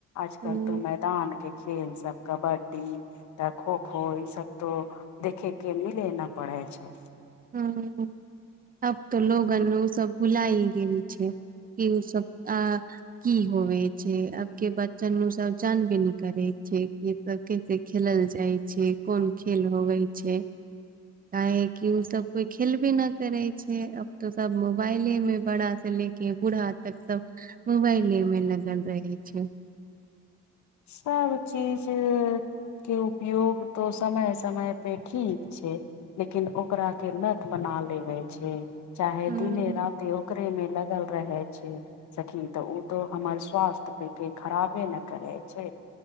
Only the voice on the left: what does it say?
आजकल
तो मैदान केँ। खेेल सब कबड्डी तऽ खो खो ई सब तो। देखे केँ मिले नऽ परे छै।
सब चीज। केँ उपयोग तो समय समय पे ठीक छै। लेकिन ओकरा केँ लत बना लेबे छै चाहे
दिने रात। ति ओकरे मे लगल रहे छै। सखी त ओ त हमर स्वास्थ्य पेकेँ खराबे न करैत। छै